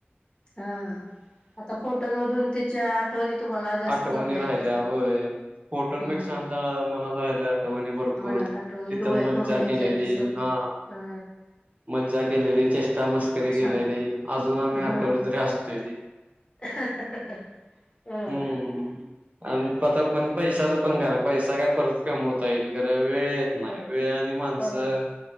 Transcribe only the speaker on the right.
आठवणी
राहिल्या
हो फोटोपेक्षा
आमच्या मनात राहिल्या आठवणी भरपूर
थ मजा
केलेली
हा
मज्जा केलेली चेष्टा मस्करी केेलेली
अजून आम्ही
आठवल तरी असतोय त
हम्म आणि आता म्हण पैशाचा पणकार पैसा काय परत कमवता येईल खरं वेळ येत नाही
वेळ आणि माणसं